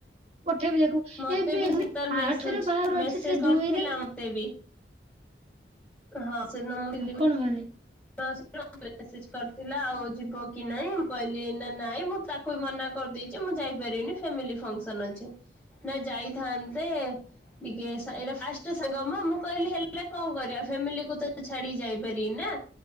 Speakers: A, on the right (about 35°); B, in the centre.
A: ପଠେଇବି ଦେଖିବୁ
B: ମତେ
A: ଏବେ
B: ବି ଶୀତଲ୍ ମେସେଜ୍
A: ଆଠରେ ବାହାଘର
B: ମେସେଜ୍
A: ଅଛି ସେ
B: କରିଥିଲା
A: ଦୁଇରେ
B: ମତେ ବି। ହଁ ସେ। <unintelligible>
A: <unintelligible>
B: <unintelligible> ମେସେଜ୍ କରିଥିଲା ଆଉ ଯିବ କି ନାଇଁ ମୁଁ କହିଲି ନା ନାଇଁ ମୁଁ ତା କୁ ବି ମନା କରିଦେଇଚି ମୁଁ ଯାଇପାରିବିନି ଫାମିଲି ଫଙ୍କସନ୍ ଅଛି। ନା ଯାଇଥାନ୍ତେ ଟିକେ ସା ଏଇଟା ଫାଷ୍ଟ ସାଙ୍ଗ ମ। ମୁଁ କହିଲି ହେଲେ କଣ କରିବା ଫ୍ୟାମିଲିକୁ ତ ଛାଡିକି ଯାଇପାରିବିନି ନା।